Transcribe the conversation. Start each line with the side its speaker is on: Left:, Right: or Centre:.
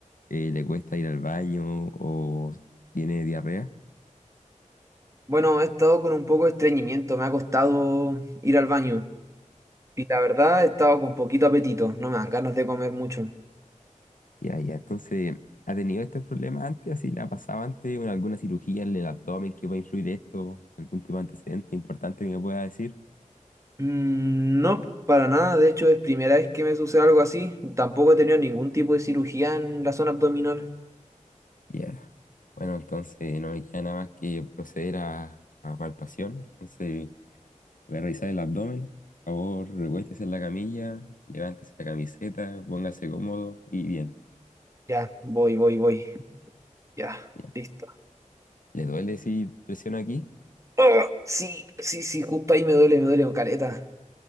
Left: eh, le cuesta ir al baño o tiene diarrea.
Right: Bueno, he estado con un poco de estreñimiento, me ha costado ir al baño y la verdad he estado con poquito apetito, no me dan ganas de comer mucho.
Left: Ya, ya, entonces, ¿ha tenido estos problemas antes? ¿Así le ha pasado antes? ¿Una- alguna cirugía en el abdomen que pueda influir esto? ¿Algún tipo de antecedente importante que me pueda decir?
Right: Mm, No, para nada, de hecho es primera vez que me sucede algo así, tampoco he tenido ningún tipo de cirugía en la zona abdominal.
Left: Ya. Bueno, entonces no me queda nada más que proceder a, a palpación. Entonces. Voy a revisar el abdomen. Por favor, recuéstese en la camilla, levántese la camiseta, póngase cómodo y bien.
Right: Ya, voy, voy, voy, ya,
Left: Ya.
Right: listo.
Left: ¿Le duele si presiono aquí?
Right: ¡Ah! Sí, sí, sí, justo ahí me duele, me duele caleta.